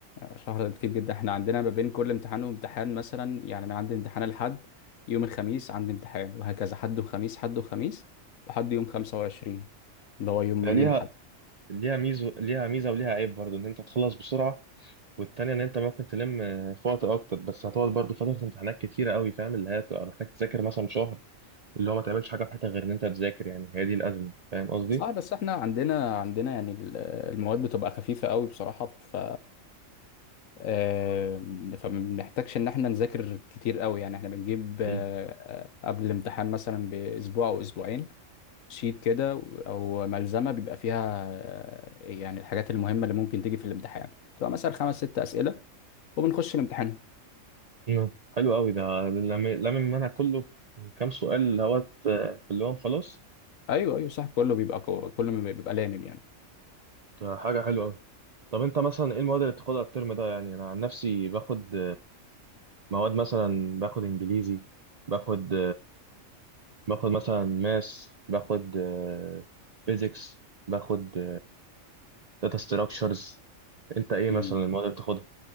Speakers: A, on the left; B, on the right.
A: شهر ده كتير جدا احنا عندنا ما بين كل امتحان وامتحان مثلا يعني انا عندي امتحان الحد يوم الخميس عندي امتحان وهكذا حد وخميس حد وخميس لحد يوم 25 اللي هو يوم
B: يعني
A: يوم حد
B: ليها ميزه ليها ميزه وليها عيب برضو ان انت تخلص بسرعه والتانية ان انت ممكن تلم في وقت اكتر بس هتقعد برضو فتره امتحانات كتيره قوي فاهم اللي هي هتبقى محتاج تذاكر مثلا شهر اللي هو ما تعملش حاجه في حياتك غير ان انت تذاكر يعني هي دي الازمه فاهم قصدي
A: صح بس احنا عندنا عندنا يعني ال- المواد بتبقى خفيفة قوي بصراحة ف آم، فما بنحتاجش ان احنا نذاكر كتير قوي يعني احنا بنجيب آه،
B: مم.
A: آه، قبل الامتحان مثلا باسبوع او اسبوعين شيت كده او ملزمه بيبقى فيها آه، يعني الحاجات المهمه اللي ممكن تيجي في الامتحان تبقى مثلا خمس ست اسئله وبنخش الامتحان
B: مم. حلو قوي ده لم لم المنهج كله كام سؤال اللي هو ت- كلهم خلاص
A: ايوه ايوه صح كله بيبقى كو- كله بيبقى بيبقى لامم يعني
B: ده حاجه حلوه قوي طب انت مثلا ايه المواد اللي بتاخدها الترم ده يعني انا عن نفسي باخد مواد مثلا باخد انجليزي باخد باخد مثلا ماس باخد فيزيكس باخد داتا ستراكشرز انت ايه
A: امم
B: مثلا المواد اللي بتاخدها